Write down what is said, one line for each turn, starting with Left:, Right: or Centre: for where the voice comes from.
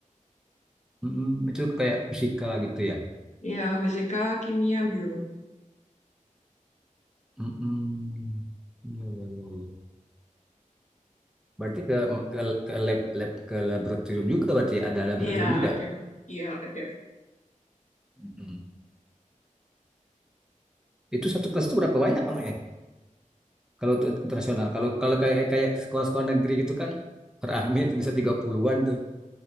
Centre: Mm-mm, itu kayak fisika gitu ya.
Left: Ya, fisika, kimia, biologi.
Centre: Mm-mm. Iya, iya, iya, iya. Berarti ke ke ke lab lab ke laboratorium juga berarti ya? ada laboratorium
Left: Ya,
Centre: juga.
Left: ada. Ya, ada.
Centre: Mm-mm. Itu satu kelas itu berapa banyak anaknya? Kalau untuk internasional, kalau kalau kayak kayak sekolah-sekolah negeri gitu kan rame <laughs> itu bisa 30-an tuh.